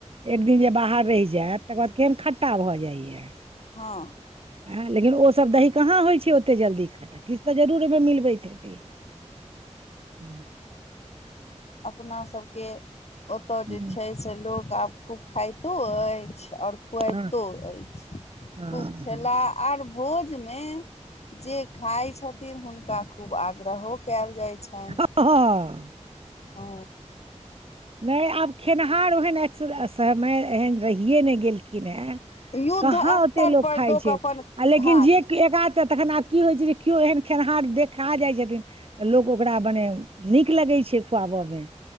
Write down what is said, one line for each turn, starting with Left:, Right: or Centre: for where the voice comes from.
Right: एक दिन जे बाहर रहि जैयत तकर बाद केहन खट्टा भऽ जाइये।
Left: हँ।
Right: हँ, लेकिन ओसभ दही कहाँ होइ छै ओत्ते जल्दी खट्टा, किछ तऽ जरूर ओहि में मिलबैत हेतैऽ। हूं।
Left: अपना सबके ओतऽ
Right: हूँ,
Left: जे छै। से लोक आब खूब खाइतो अछि आओर। खुआबितो
Right: हँ
Left: अछि,
Right: हँ
Left: खूब खेला आर भोज में। जे खाइ छथिन हुनका खूब आग्रहो कैऽल जाइ छैन।
Right: हँ हँ।
Left: ओ।
Right: नइ आब खेनिहार ओहेन अ समय एहन रहिए नै गेलखिन हेँ।
Left: युद्ध
Right: कहाँ
Left: स्तर
Right: ओते लोक
Left: पर
Right: खाइ छै,
Left: अपन
Right: आ लेकिन
Left: हँ
Right: जे एक-आध तखन आब। की होइ छै जे केओ एहन खेनिहार देखा जाइ छथिन। तऽ लोक ओकरा मने नीक लगै छै खुआबयमें।